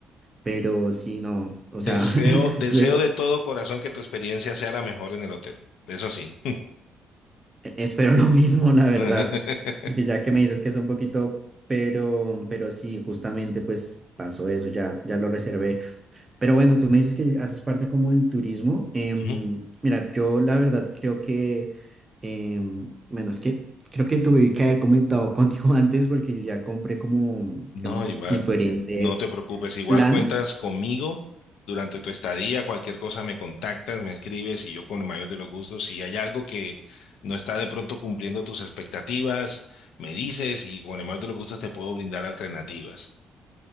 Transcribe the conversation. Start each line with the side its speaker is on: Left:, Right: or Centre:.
Right: Pero sí, no, o sea,
Left: Deseo,
Right: <laughs>
Left: deseo
Right: Ve.
Left: de todo corazón que tu experiencia sea la mejor en el hotel. Eso sí.
Right: e- espero lo mismo, la verdad,
Left: <laughs>
Right: porque ya que me dices que es un poquito, pero, pero sí, justamente pues pasó eso, ya, ya lo reservé. Pero bueno, tú me dices que haces parte como del turismo. em,
Left: Ujú.
Right: mira, yo la verdad creo que, em, bueno, es que creo que tuve que haber comentado contigo <laughs> antes porque yo ya compré como,
Left: No,
Right: digamos, es-
Left: igual,
Right: diferentes
Left: no te preocupes. Igual
Right: planes.
Left: cuentas conmigo durante tu estadía. Cualquier cosa me contactas, me escribes y yo con el mayor de los gustos. Si hay algo que no está de pronto cumpliendo tus expectativas, me dices y con el mayor de los gustos te puedo brindar alternativas.